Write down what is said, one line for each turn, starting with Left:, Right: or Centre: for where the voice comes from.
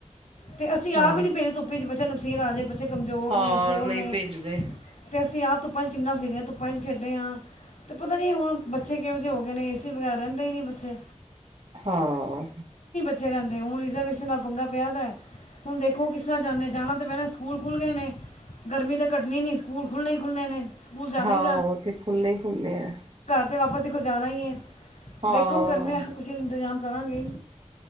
Left: ਤੇ ਅਸੀਂ ਆਪ
Right: ਹਾਂ
Left: ਹੀ ਨੀ ਭੇਜਦੇ ਧੁੱਪ ਚ ਬੱਚੇ ਨਕਸੀਰ ਆ ਜਾ ਬੱਚੇ ਕਮਜ਼ੋਰ
Right: ਹਾਂ
Left: ਨੇ ਸੋਹਲ
Right: ਨਹੀਂ
Left: ਨੇ
Right: ਭੇਜਦੇ
Left: ਤੇ ਅਸੀਂ ਆਪ ਧੁੱਪਾਂ ਚ ਕਿੰਨਾ ਫਿਰਰੇ ਹਾਂ ਧੁੱਪਾਂ ਚ ਖੇਡੇ ਹਾਂ। ਤੇ ਪਤਾ ਨੀ ਹੁਣ ਬੱਚੇ ਕਿਹੋ ਜਿਹੇ ਹੋ ਗਏ ਨੇ ਏ ਸੀ ਵਗੈਰ ਰਹਿੰਦੇ ਹੀ ਨਹੀਂ ਬੱਚੇ
Right: ਹਾਂ।
Left: <unintelligible> ਰਹਿੰਦੇ ਹੁਣ ਰਿਜਰਵੇਸ਼ਨ ਦਾ ਪੰਗਾ ਪਿਆ ਦਾ ਹੁਣ ਦੇਖੋ ਕਿਸ ਤਰ੍ਹਾਂ ਜਾਂਦੇ ਜਾਣਾ। ਭੈਣ ਸਕੂਲ ਖੁੱਲ੍ਹ ਗਏ ਨੇ ਗਰਮੀ ਤਾਂ ਘਟਣੀ ਨਹੀਂ ਸਕੂਲ ਖੁੱਲ੍ਹਣੇ ਹੀ ਖੁੱਲਣੇ ਨੇ ਸਕੂਲ ਜਾਣਾ
Right: ਹਾਂ
Left: ਹੀ
Right: ਉਹ ਤੇ ਖੁੱਲ੍ਹੇ ਹੀ ਖੁੱਲ੍ਹੇ ਹੈ।
Left: ਤਾਂ ਵਾਪਸ ਦੇਖੋ ਜਾਣਾ ਹੀ ਹੈ
Right: ਹਾਂ
Left: ਦੇਖੋ ਕਰਨ ਕੁਸੀੇ ਦਾ ਇੰਤਜ਼ਾਮ ਕਰਾਂਗੇ।